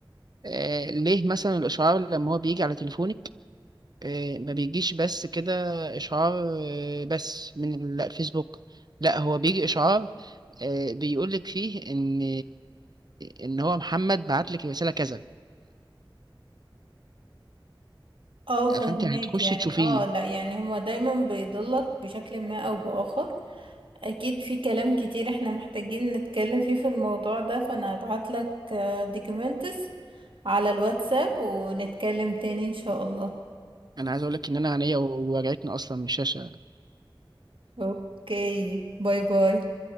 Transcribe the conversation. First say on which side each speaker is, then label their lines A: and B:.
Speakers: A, on the right (about 50°); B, on the right (about 80°).
A: آه، ليه مثلا الإشعار لما هو بيجي على تليفونك آه، ما بيجيش بس كده إشعار آه، بس من ال- الفيسبوك لا هو بيجي إشعار آه، بيقولك فيه إن إن هو محمد بعت لك رسالة كذا
B: اه فهماك
A: فانت هتخشي
B: يعني
A: تشوفيه
B: اه لا يعني هما دايما بيضلك بشكل ما أو بآخر اكيد في كلام كتير احنا محتاجين نتكلم فيه في الموضوع ده فانا هبعت لك دوكيومنتس على الواتساب ونتكلم تاني ان شاء الله
A: انا عايز اقول لك ان انا عينيا وجعتني اصلا من الشاشه
B: اوكي باي باي